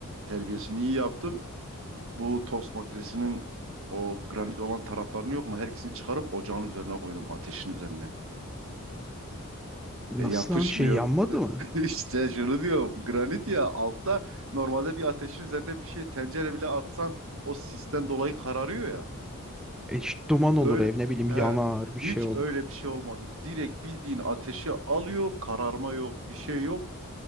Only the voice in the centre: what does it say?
Nasıl
lan şey yanmadı
mı?
E, işte duman olur
ev ne bileyim
yanar bir
şey olur.